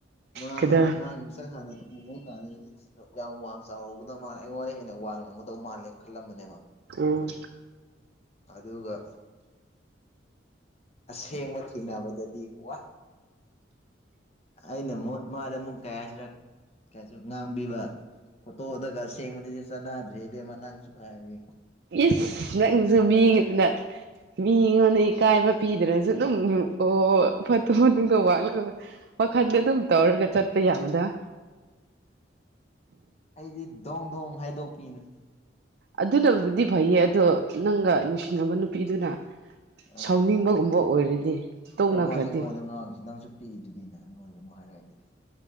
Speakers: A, on the left (about 35°); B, on the right (about 60°).
A: ꯃꯥ
B: ꯀꯩꯗꯧꯔꯦ
A: ꯃꯥꯒꯤ ꯃꯁꯛ ꯍꯥꯟꯅ ꯇ ꯀꯥꯟꯗꯗꯤ ꯌꯥꯝ ꯋꯥꯡ ꯆꯥꯎꯔꯨꯕꯗ ꯃꯥꯅ ꯑꯩꯉꯣꯟꯗ ꯍꯦꯟꯅ ꯋꯥꯡ ꯉꯒ ꯗꯧ ꯃꯥꯜꯂꯦ ꯈꯜꯂꯝꯕꯅꯦꯕ
B: ꯎꯝ
A: ꯑꯗꯨꯒ ꯑꯁꯦꯡꯕ ꯊꯦꯡꯅꯕꯗꯗꯤ ꯋꯥ ꯑꯩꯅꯦ ꯂꯣ ꯃꯥꯗ ꯑꯃꯨꯛ ꯀꯩ ꯍꯥꯏꯁꯤ ꯔꯥ ꯀꯁꯨ ꯉꯥꯡꯕꯤꯕ ꯐꯣꯇꯣꯗꯒ ꯁꯦꯡꯕꯗꯗꯤ ꯆꯅꯥꯗ꯭ꯔꯦꯍꯦ ꯏꯕꯦꯝꯃ ꯅꯪꯁꯨ ꯍꯥꯏꯕ
B: ꯏꯁ ꯅꯪꯁꯨ ꯃꯤꯉꯗꯅ ꯃꯤꯉꯣꯟꯗ ꯏꯀꯥꯏꯕ ꯄꯤꯗ꯭ꯔꯁꯨ ꯑꯗꯨꯝ ꯑꯣ ꯐꯣꯠꯇꯨ ꯐꯗꯣ ꯋꯥꯂꯕ ꯋꯥꯈꯟꯗ ꯑꯗꯨꯝ ꯇꯧꯔꯒ ꯆꯠꯄ ꯌꯥꯕꯗ
A: ꯑꯩꯗꯤ ꯗꯣꯡ ꯗꯣꯡ ꯍꯥꯏꯗꯣꯛꯄꯤꯅꯦ
B: ꯑꯗꯨꯅꯕꯨꯗꯤ ꯐꯩꯌꯦ ꯑꯗꯣ ꯅꯪꯒ ꯅꯨꯡꯁꯤꯅꯕ ꯅꯨꯄꯤꯗꯨꯅ
A: ꯑꯥ
B: ꯁꯥꯎꯅꯤꯡꯕꯒꯨꯝꯕ ꯑꯣꯏꯔꯗꯤ ꯇꯣꯛꯅꯈ꯭ꯔꯗꯤ
A: ꯑꯦ ꯃꯥꯁꯦ ꯑꯩꯉꯣꯟꯗ ꯉꯥꯡꯉꯁꯤ ꯅꯪꯁꯨ ꯄꯤꯛꯏꯗꯨꯗꯤꯅ ꯑꯩꯉꯣꯟꯗ ꯑꯃꯨꯛ ꯍꯥꯏꯛꯏ ꯑꯗꯨꯗꯤ